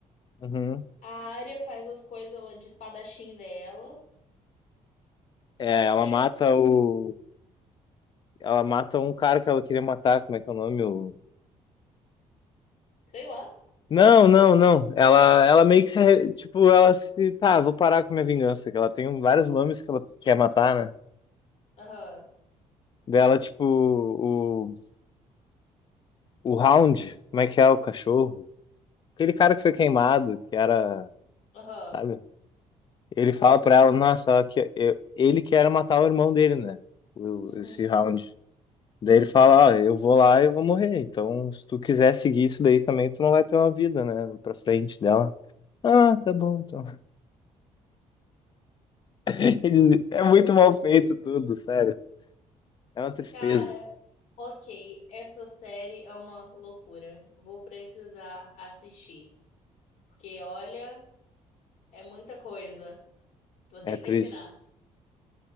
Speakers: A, on the left; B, on the left.
A: uhum.
B: A Arya faz as coisas lá de espadachim dela.
A: É, ela
B: E
A: mata
B: a Sonsa.
A: o. Ela mata um cara que ela queria matar. Como é que é o nome? O...
B: Sei lá.
A: Não, não, não. Ela, ela meio que se. arre- Tipo, ela se. Tá, vou parar com minha vingança. Que ela tem vários nomes que ela quer matar, né?
B: Aham,
A: Dela, tipo, o O Hound, como é que é o cachorro? Aquele cara que foi queimado, que era,
B: aham,
A: sabe? Ele
B: aham.
A: fala pra ela, nossa, ó, que eu- ele que matar o irmão dele, né? O-
B: Uhum.
A: Esse Hound. Daí ele fala, ó, eu vou lá e eu vou morrer. Então, se tu quiser seguir isso daí também, tu não vai ter uma vida, né? Pra frente dela. Ah, tá bom, então. <laughs> Eles- É muito mal feito tudo, sério. É uma tristeza.
B: Cara, ok, essa série é uma loucura. Vou precisar assistir. Porque, olha, é muita coisa. Vou ter
A: É
B: que
A: triste.
B: terminar.